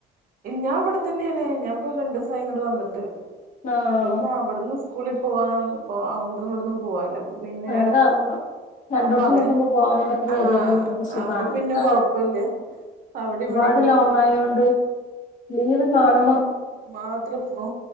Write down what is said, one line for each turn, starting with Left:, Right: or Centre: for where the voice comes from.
Right: ഞാൻ ഇവിടെ തന്നെയാണ്. ഞാൻഇപ്പം രണ്ടിസായി, ഇങ്ങട്ട്‌, വന്നിട്ട്
Left: ആഹ്
Right: ഇവിടന്ന് അവിടുന്ന് സ് കൂളി പോവാ പ്പോ അവിട്‌ന്നും ഇവിടന്നും പോവാല്ലോ അപ്പൊ പിന്നെ
Left: അങ്ങനെ
Right: എടക്കും
Left: രണ്ടോടത്തും
Right: അപ്പങ്ങനെ
Left: നിക്കുമ്പോ പോകാൻ പറ്റുന്ന
Right: ആഹ്
Left: ഏരിയ തന്നെ നിങ്ങൾക്ക് സുഖാണ്
Right: അപ്പം പിന്നെ
Left: എനിക്ക്
Right: കൊഴപ്പല്ല അവിടെ ഇവിടി
Left: പ്പം ലോങ്ങ് ആയോണ്ട് ലീവ് കാണു
Right: മാത്ര പോ